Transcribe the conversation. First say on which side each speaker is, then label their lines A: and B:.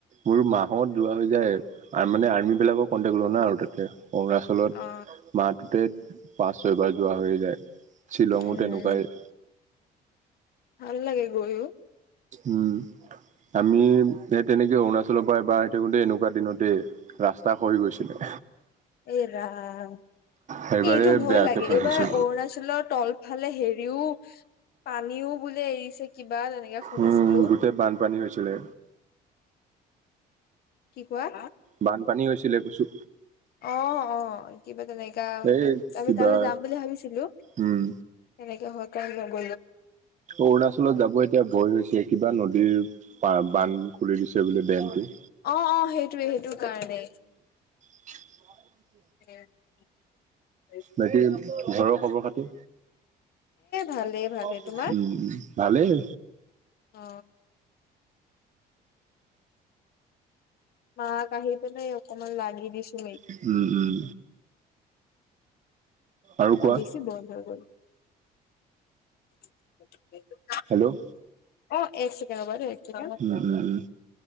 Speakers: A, on the right (about 45°); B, on the left (about 65°).
A: মোৰ মাহত যোৱা হৈ যায় মানে আৰ্মি বিলাকৰ কণ্টেক লও না আৰু তাতে অৰুণাচলত
B: অ
A: মাহটোতে পাঁচ ছয়বাৰ যোৱা হৈ যায় শ্বিলঙো
B: উম
A: তেনেকোৱাই
B: ভাল লাগে গৈও
A: উম আমি সে তেনেকে অৰুণাচলৰ পৰা এবাৰ আহি থাকোতে এনেকোৱা দিনতে ৰাস্তা খহি গৈছিলে
B: <inaudible> এ ৰাম
A: সেইবাৰে
B: এই এইটো ভয়
A: বেয়াকে
B: লাগে
A: ফাচিছো
B: এইবাৰ অৰুণাচলৰ তলফালে হেৰিও পানীও বোলে এৰিছে কি বা তেনেকে শুনিছিলো
A: উম, গোটেই বানপানী হৈছিলে।
B: কি কোৱা
A: বানপানী হৈছিলে কৈছো
B: অ অ কিবা তেনেকা
A: এই
B: আমি
A: কিবা
B: তালৈ যাম বুলি ভাবিছিলো।
A: উম,
B: তেনেকে হয় কাৰণ, ল গ
A: অৰুণাচলত যাব এতিয়া ভয় হৈছে, কিবা নদীৰ বান্ধ খুলি দিছে বোলে ডেমটো।
B: অ অ সেইটোৱে সেইটো কাৰণেই।
A: অ'
B: উম' এ
A: বাকি ঘৰৰ খবৰ খাতি?
B: ভালেই
A: উম
B: ভালেই তোমাৰ
A: ভালেই
B: অ মাক আহি পিনে অকমান লাগি দিছো
A: উম, উম, আৰু
B: অ
A: কোৱা?
B: বেছি বইল হৈ গ'ল কি? <inaudible>
A: হেল্ল'
B: অ এক ছেকেণ্ড ৰবা দে এক ছেকেণ্ড,
A: উম, উম, উম,